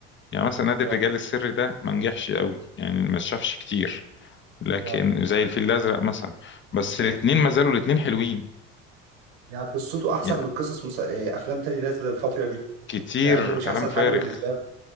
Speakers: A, on the left; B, on the right.
A: يعني مثلا نادي
B: اه
A: الرجال السري ده ما نجحش قوي يعني ما شافش كتير لكن
B: اه
A: زي الفيل الازرق مثلا بس الاثنين ما زالوا الاثنين حلوين
B: يعني قصته احسن
A: يعني
B: من قصص مس... آه، افلام تاني نازله الفتره دي
A: كتير
B: مع انه مش
A: كلام
B: احسن
A: فارغ
B: حاجه بالنسبه